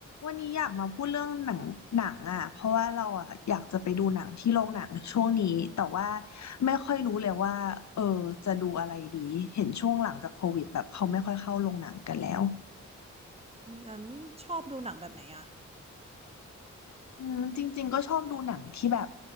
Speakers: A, on the left (about 60°); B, on the right (about 20°).
A: วันนี้อยากมาพูดเรื่องหนังหนังอ่ะเพราะว่าเราอ่ะอยากจะไปดูหนังที่โรงหนังช่วงนี้แต่ว่าไม่ค่อยรู้เลยว่าเออจะดูอะไรดีเห็นช่วงหลังจากโควิดแบบเขาไม่ค่อยเข้าโรงหนังกันแล้ว
B: งั้นชอบดูหนังแบบไหนอะ
A: อืมจริงๆก็ชอบดูหนังที่แบบ